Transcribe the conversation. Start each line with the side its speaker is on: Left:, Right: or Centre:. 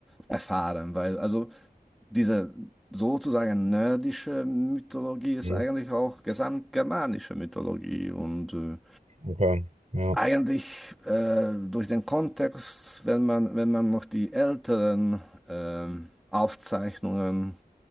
Centre: erfahren, weil also diese sozusagen nordische Mythologie ist
Right: hm.
Centre: eigentlich auch gesamtgermanische Mythologie und äh,
Right: Okay, ja.
Centre: eigentlich äh, durch den Kontext, wenn man, wenn man noch die älteren ähm, Aufzeichnungen,